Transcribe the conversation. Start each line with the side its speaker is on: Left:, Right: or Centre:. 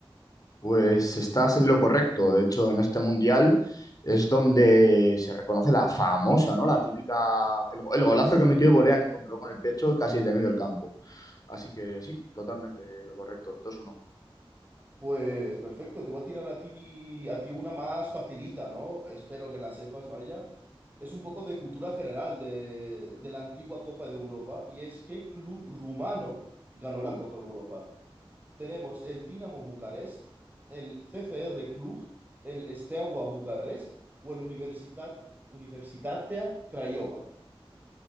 Left: Pues estás en lo correcto. De hecho, en este mundial es donde se reconoce la famosa, ¿no? La típica. El, go- el golazo que metió de volea que controló con el pecho y casi de medio del campo. Así que sí, totalmente lo correcto. Dos uno.
Right: Pues perfecto, te voy a tirar a ti, a ti una más facilita, ¿no? Espero que la sepas, vaya. Es un poco de cultura general de,
Left: Ujú.
Right: de la antigua Copa de Europa y es ¿qué club rumano ganó
Left: Uf,
Right: la Copa Europa? Tenemos el Dinamo Bucarest, el CFR Cluj, el Steaua Bucarest o el Universitat, Universitatea Craiova.